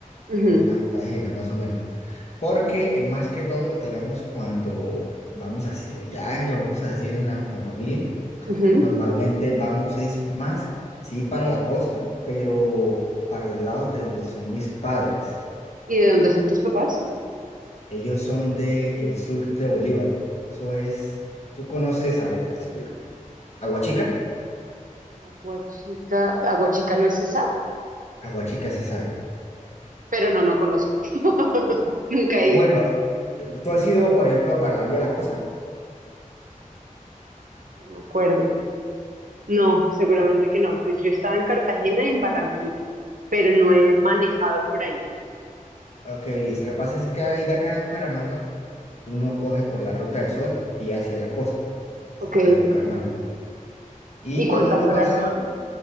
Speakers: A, on the right; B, on the left.
A: Ujú.
B: voy a Cartagena, más o menos. Porque eh, más que todo, digamos, cuando vamos así de viaje o cosas así en la- con familia.
A: Ujú.
B: Normalmente vamos es más, sí, para la costa, pero para los lados de donde son mis padres.
A: ¿Y de dónde son tus papás?
B: Ellos son del sur de Bolívar. Eso es, tú conoces, a ver, te explico. Aguachica,
A: Aguachica, Aguachica no es Cesar,
B: Aguachica, Cesar.
A: pero no, no conozco. <laughs> Nunca he
B: Bueno,
A: ido.
B: eh, eh, tú has ido, por ejemplo, para la vía La Costa.
A: No me acuerdo. No, seguramente que no. Pues yo estaba en Cartagena y en Barranquilla, pero no he manejado por ahí.
B: Ok, lo que pasa es que de acá de Bucaramanga, uno coge por la Ruta del Sol y hacia la costa, desde
A: Ok.
B: acá de Bucaramanga. Y
A: ¿Y cuántas
B: cuando uno
A: horas
B: pasa
A: son?